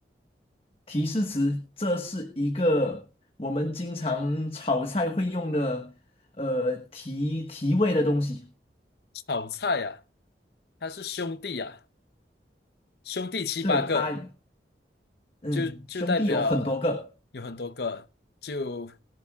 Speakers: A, on the left; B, on the left.
A: 提示词，这是一个我们经常炒菜会用的，呃，提提味的东西。
B: 炒菜啊。他是兄弟啊，兄弟七八个，
A: 对，它，嗯，
B: 就就代表有很多个。
A: 兄弟有很多个，
B: 就